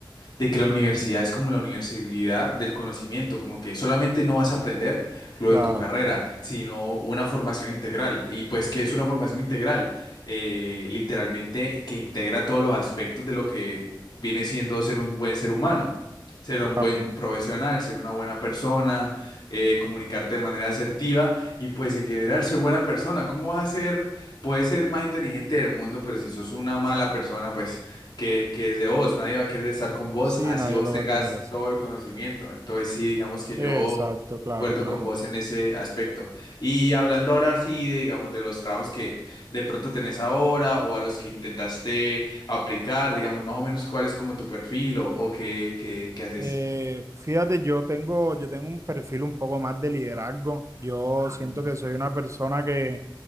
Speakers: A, on the left; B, on the right.
A: de que la universidad es como la universalidad del conocimiento, como que solamente no vas a aprender lo
B: Claro,
A: de tu carrera, sino una formación integral. Y pues, que es una formación integral? Eh, literalmente que integra todos los aspectos de lo que viene siendo ser un buen ser humano. Ser un
B: claro.
A: buen profesional, ser una buena persona, eh, comunicarte de manera asertiva y pues en general ser buena persona. ¿Cómo vas a ser? Puedes ser más inteligente del mundo, pero si sos una mala persona, pues que, que es de vos. Nadie va a querer estar con vos
B: Sí,
A: así
B: nadie
A: vos
B: lo
A: tengas
B: va a querer así.
A: todo el conocimiento. Entonces, sí, digamos que
B: Exacto,
A: yo concuerdo
B: claro, claro.
A: con vos en ese aspecto. Y hablando ahora sí de, digamos, de los trabajos que de pronto tenés ahora o a los que intentaste aplicar, digamos, más o menos cuál es como tu perfil o, o qué, qué, qué haces.
B: Eh, fíjate, yo tengo, yo tengo un perfil un poco más de liderazgo. Yo
A: Ujú.
B: siento que soy una persona que,